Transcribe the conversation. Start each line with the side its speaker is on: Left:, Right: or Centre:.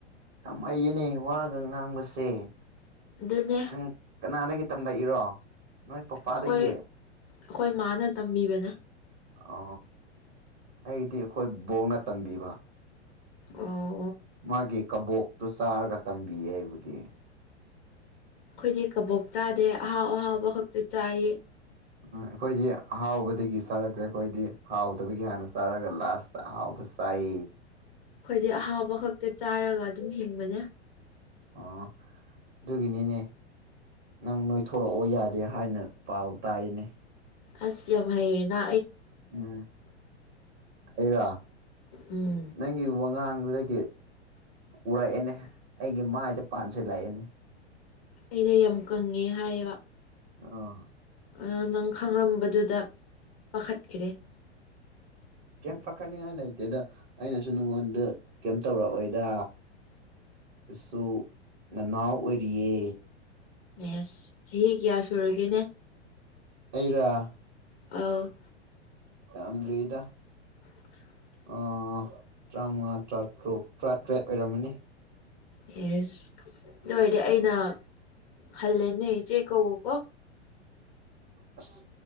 Right: ꯌꯥꯝ ꯍꯩꯌꯦꯅꯦ ꯋꯥꯒ ꯉꯥꯡꯕꯁꯦ
Left: ꯑꯗꯨꯅꯦ
Right: ꯅꯪ ꯀꯅꯥꯗꯒꯤ ꯇꯝꯂꯛꯏꯔꯣ ꯅꯣꯏ ꯄꯄꯥꯗꯒꯤ
Left: ꯑꯩꯈꯣꯏ ꯑꯩꯈꯣꯏ ꯃꯥꯅ ꯇꯝꯕꯤꯕꯅꯦ
Right: ꯑ ꯑꯩꯗꯤ ꯑꯩꯈꯣꯏ ꯕꯣꯛꯅ ꯇꯝꯕꯤꯕ
Left: ꯑꯣ
Right: ꯃꯥꯒꯤ ꯀꯕꯣꯛꯇꯨ ꯆꯥꯔꯒ ꯇꯝꯕꯤꯌꯦ ꯑꯩꯕꯨꯗꯤ
Left: ꯑꯩꯈꯣꯏꯗꯤ ꯀꯕꯣꯛ ꯆꯥꯗꯦ ꯑꯍꯥꯎ ꯑꯍꯥꯎꯕ ꯈꯛꯇ ꯆꯥꯏ
Right: ꯎꯝ ꯑꯩꯈꯣꯏꯗꯤ ꯑꯍꯥꯎꯕꯗꯒꯤ ꯆꯥꯔꯛꯇꯦ ꯑꯩꯈꯣꯏꯗꯤ ꯍꯥꯎꯗꯕꯒꯤ ꯍꯥꯟꯅ ꯆꯥꯔꯒ ꯂꯥꯁꯇ ꯑꯍꯥꯎꯕ ꯆꯥꯏ
Left: ꯑꯩꯈꯣꯏꯗꯤ ꯑꯍꯥꯎꯕ ꯈꯛꯇ ꯆꯥꯔꯒ ꯑꯗꯨꯝ ꯍꯤꯡꯕꯅꯦ
Right: ꯑ ꯑꯗꯨꯒꯤꯅꯤꯅꯦ ꯅꯪ ꯅꯣꯏꯊꯣꯔꯛꯑꯣ ꯌꯥꯗꯦ ꯍꯥꯏꯅ ꯄꯥꯎ ꯇꯥꯏꯌꯦꯅꯦ
Left: ꯑꯁ ꯌꯥꯝ ꯍꯩꯌꯦꯅ
Right: ꯎꯝ ꯑꯩꯔ
Left: ꯎꯝ
Right: ꯅꯪꯒꯤ ꯋꯥꯉꯥꯡ ꯗꯨꯗꯒꯤ ꯎꯔꯛꯑꯦꯅꯦ ꯑꯩꯒꯤ ꯃꯥꯏꯗ ꯄꯥꯟꯁꯦ ꯂꯥꯛꯑꯦꯅꯦ
Left: ꯑꯩꯗ ꯌꯥꯝ ꯀꯪꯉꯦ ꯍꯥꯏꯌꯦꯕ
Right: ꯑ
Left: ꯑꯗ ꯅꯪ ꯈꯪꯂꯝꯕꯗꯨꯗ ꯄꯥꯈꯠꯈꯔꯦ
Right: ꯀꯦꯝ ꯄꯥꯈꯠꯅꯤꯡꯉꯥꯏ ꯂꯩꯇꯦꯗ ꯑꯩꯅꯁꯨ ꯅꯉꯣꯟꯗ ꯀꯦꯝ ꯇꯧꯔꯛꯑꯣꯏꯗ ꯁꯨ ꯅꯅꯥꯎ ꯑꯣꯏꯔꯤꯌꯦ
Left: ꯑꯦꯁ ꯆꯍꯤ ꯀꯌꯥ ꯁꯨꯔꯒꯦꯅꯦ
Right: ꯑꯩꯔ
Left: ꯑ
Right: ꯌꯥꯝꯗꯔꯤꯗ
Left: <inaudible>
Right: ꯑ ꯆꯥꯃꯉꯥ ꯇꯔꯥꯇꯔꯨꯛ ꯇꯔꯥꯇꯔꯦꯠ ꯑꯣꯏꯔꯝꯃꯅꯤ
Left: ꯌꯦꯁ ꯑꯗꯨ ꯑꯣꯏꯔꯗꯤ ꯑꯩꯅ ꯍꯜꯂꯦꯅꯦ ꯆꯦ ꯀꯧꯋꯣ ꯀꯣ
Right: ꯑꯁ